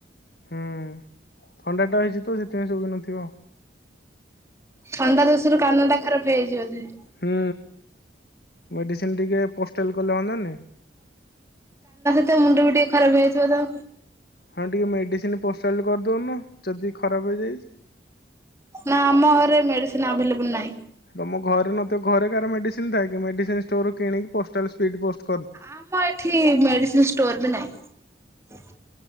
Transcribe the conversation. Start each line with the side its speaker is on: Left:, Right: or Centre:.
Left: ହୁଁ ଥଣ୍ଡା ଟା ହେଇଛି ତ ସେଥିପାଇଁ ସବୁ ବି ନଥିବ।
Right: ଥଣ୍ଡା ଦୋଷରୁ କାନ ଟା ଖରାପ ହେଇଯିବ ବୋଧେ।
Left: ହୁଁ ମେଡିସିନ ଟିକେ <unintelligible>
Right: ତ ମୁଣ୍ଡ ବି ଟିକେ ଖରାପ ହେଇଥିବ ତ?
Left: ହଁ ଟିକେ ମେଡିସିନ ପୋସା କରିଦଉନ ଯଦି ଖରାପ ହେଇଯାଇଛି।
Right: ନା ଆମ ଘରେ ମେଡିସିନ ଆଭେଲେବୁଲ ନାହିଁ।
Left: ତମ ଘରେ ନଥିବ ଘରେ କାହାର ମେଡିସିନ ଥାକ କି ମେଡିସିନ ୋରୁ କିଣିକି ପ ପ
Right: ଆମ ଏଠି ମେଡିସିନ ଷ୍ଟୋର ବି ନହିଁ।